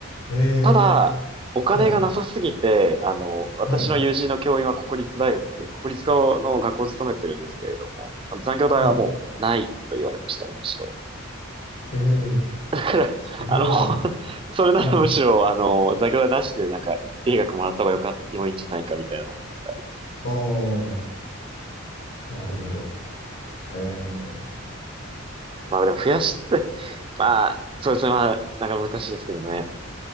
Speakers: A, on the left; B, on the right.
A: へ
B: ただ、
A: え、
B: お金がなさすぎて、
A: はい。
B: あの、私の友人の教員は国立大学、
A: はい。
B: 国立の学校を勤めてるんですけれども、あの残業代はもうないと言われましたね、
A: はい。
B: むしろ。
A: ええ、
B: だから、
A: そうなんですね。
B: あの、<laughs> それならむしろ、
A: はい。
B: あの、残業代なしでなんか一定額もらった方がよかっ、良いんじゃないかみたいなのを思ったり。
A: ああ、なるほど。へえ。
B: まあでも増やして、<laughs> まあ、そうですね。まあ、なかなか難しいですけどね。